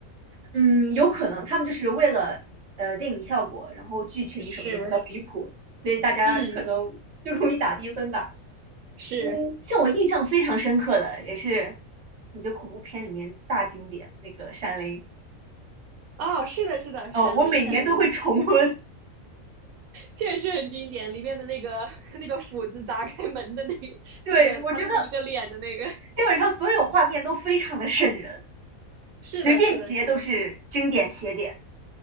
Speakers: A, on the right; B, on the right.
A: 嗯，有可能他们就是为了呃电影效果，然后剧情什么的比较离谱，
B: 是，
A: 所以大家可能就容易打低分吧。
B: 嗯，是。
A: 嗯，像我印象非常深刻的，也是我觉得恐怖片里面大经典那个《闪灵》
B: 哦，是的，是的，
A: 哦，
B: 《闪灵》《闪灵》
A: 我每年都会重温。
B: 确实很经典，里面的那个 <laughs> 那个斧子砸开门的那个那个，
A: <laughs> 对，我觉得
B: 他露一个脸的那个，
A: 基本上所有画面都非常的瘆人，
B: 是的，
A: 随便截都是经典写点。
B: 是的，是的，